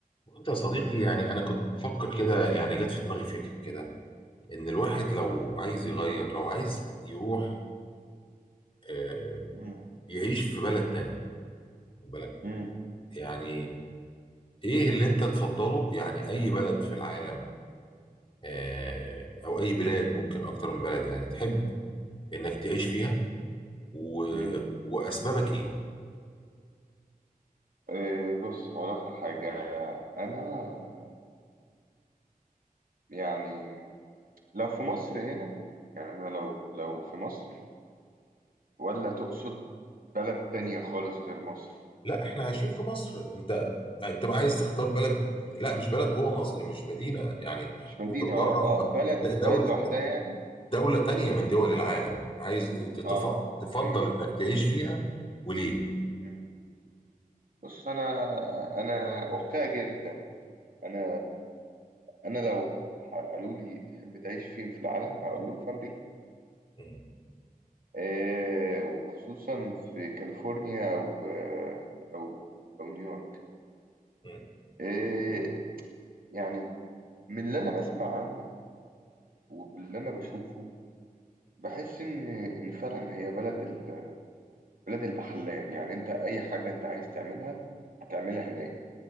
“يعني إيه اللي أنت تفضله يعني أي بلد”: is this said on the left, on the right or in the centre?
Left